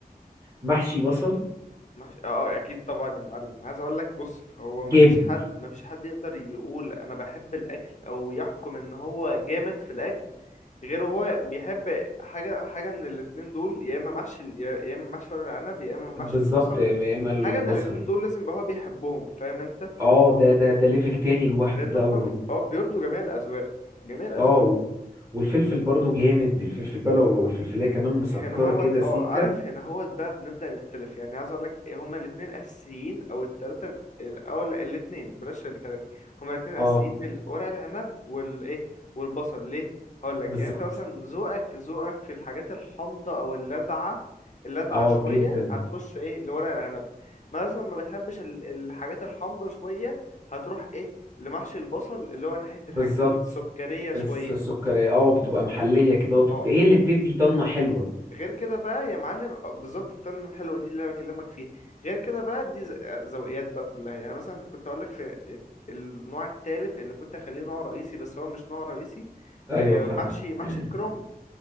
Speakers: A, on the right; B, on the left.
A: المحشي بصل
B: مش... اه آه، اكيد طبعا يا معلم عايز اقول لك بص هو مفيش
A: جامد
B: حد مفيش حد يقدر يقول انا بحب الاكل او يحكم ان هو جامد في الاكل غير هو بيحب حاجه حاجه من الاتنين دول يا اما محشي ال- يا يا اما محشي ورق العنب يا اما محشي
A: بالظبط
B: البصل
A: يا اما البصل
B: حاجه من الاتنين دول لازم يبقى هو بيحبهم فاهم انت
A: اه ده ده ده ليفل تاني لوحده
B: لان
A: ده
B: هما
A: و...
B: بي... اه بيرضوا جميع الاذواق جميع الاذواق
A: اه و... والفلفل برضو جامد الفلفل بلو والفلفلية كمان مسكرة
B: هنا هوت
A: كده سيكة
B: اه عارف هنا هوت بقى بنبدأ نختلف يعني عايز اقولك إيه، هما الاتنين اساسيين او التلاتة ال- ال- او لا الاتنين بلاش التلاتة هما الاتنين اساسيين
A: اه
B: من ورق العنب والايه والبصل ليه هقولك
A: بالظبط
B: يعني انت مثلا ذوقك ذوقك في الحاجات الحامضة او اللاذعة اللاذعة
A: اه
B: شوية
A: جدا
B: هتخش ايه لورق العنب مثلا ما بتحبش ال- الحاجات الحامضة شوية هتروح ايه لمحشي البصل اللي هو ناحية
A: بالظبط
B: الحاجات السكرية شوية
A: الس- السكرية اه بتبقى محلية كده وبت-
B: اه
A: هي اللي بتدي طنة حلوة
B: غير كده بقى يا معلم آه، بالظبط التونه الحلوه دي اللي انا بكلمك فيها غير كده بقى دي ز- آه، ذوقيات بقى كلها يعني مثلا كنت اقول لك في الت- النوع التالت اللي كنت هخليه نوع رئيسي بس هو مش نوع رئيسي
A: ايوه
B: آه،
A: فاهمك
B: محشي محشي
A: <clears throat>
B: الكرنب